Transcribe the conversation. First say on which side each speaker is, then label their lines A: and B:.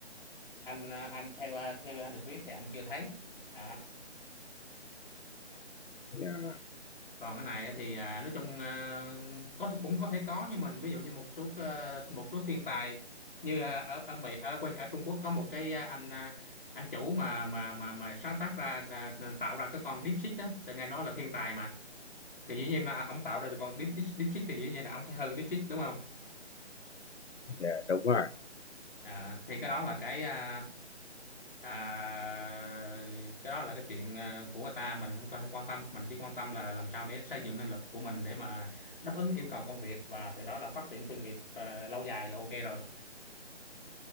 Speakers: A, on the left; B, on the left.
A: anh ờ, anh theo ờ, theo anh được biết thì anh chưa thấy à,
B: dạ
A: còn cái này thì à, nói chung à, có thể cũng có thể có nhưng mình ví dụ như một số à, một số thiên tài như à, ở ở Mỹ ở quanh ở Trung Quốc có một cái à, anh à, anh chủ mà mà mà mà sáng tác ra ra- tạo ra cái con DeepSeek đó thì nghe nói là thiên tài mà thì dĩ nhiên là ông tạo ra được con Deep, Deep, DeepSeek thì dĩ nhiên là ông phải hơn DeepSeek đúng không
B: dạ, đúng rồi
A: à, thì cái đó là cái à, à, cái đó là cái chuyện ờ, của người ta mình không quan- không quan tâm mình chỉ quan tâm là làm sao để xây dựng năng lực của mình để mà đáp ứng yêu cầu công việc và từ đó là phát triển sự nghiệp ờ, lâu dài là ok rồi